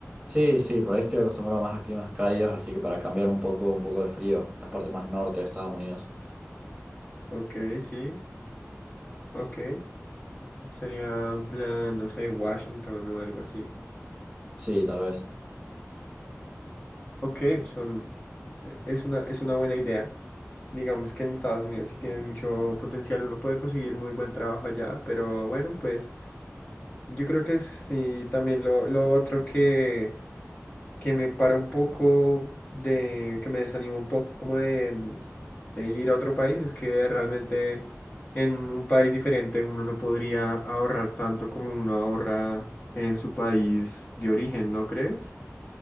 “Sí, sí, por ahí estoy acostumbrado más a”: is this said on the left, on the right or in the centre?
Centre